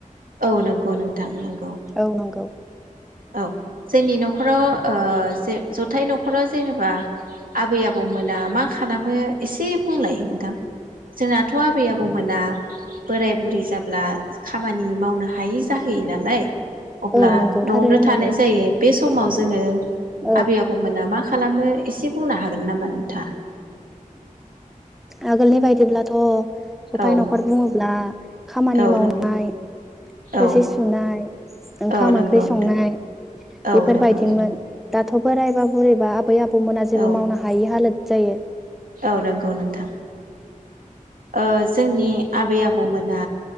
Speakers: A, on the right; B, in the centre.
A: औ नंगौ नोंथां नंगौ
B: औ नंगौ
A: औ जोंनि न'खराव ओ जे जथाय न'खराव जेनेबा आबै आबौमोना मा खालामो एसे बुंलायो नोंथां जोंनाथ' आबै आबौमोना बोराय बुरि जाब्ला खामानि मावनो हायि जाहोयो नालाय अब्ला
B: औ नंगौ
A: न'आवनो
B: थारैनो
A: थानाय
B: नंगौ
A: जायो बे समाव जोङो
B: औ
A: आबै आबौ मोना मा खालामो एसे बुंनो हागोन नामा नोंथा?
B: आगोलनि बायदिब्लाथ' जथाय
A: औ
B: न'खर बुङोब्ला खामानि
A: औ
B: मावनाय
A: नंगौ
B: थोरसि
A: औ
B: सुनाय ओंखाम
A: औ नंगौ
B: ओंख्रि संनाय
A: नोंथां औ
B: बेफोरबायदिमोन
A: नंगौ नोंथां
B: दाथ' बोराइबा बुरैबा आबै आ बौमोना जेबो
A: औ
B: मावनो हायि हालोद जायो
A: औ नंगौ नोंथां। ओ जोंनि आबै आबौमोना